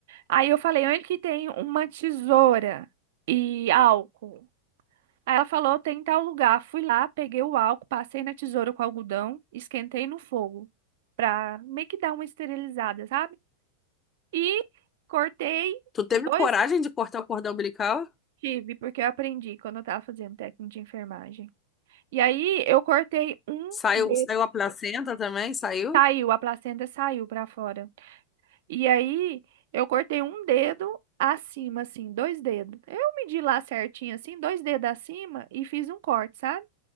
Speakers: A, on the right; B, on the left.
A: Aí eu falei, onde que tem uma tesoura e álcool? Aí ela falou, tem em tal lugar. Fui lá, peguei o álcool, passei na tesoura com algodão, esquentei no fogo pra meio que dar uma esterilizada, sabe? E cortei
B: Tu teve
A: dois
B: coragem de cortar o cordão umbilical?
A: tive, porque eu aprendi quando eu tava fazendo técnico de enfermagem. E aí eu cortei um
B: Saiu,
A: dedo,
B: saiu a placenta também? Saiu?
A: saiu, a placenta saiu pra fora. E aí eu cortei um dedo acima, assim, dois dedos. Eu medi lá certinho, assim, dois dedos acima e fiz um corte, sabe?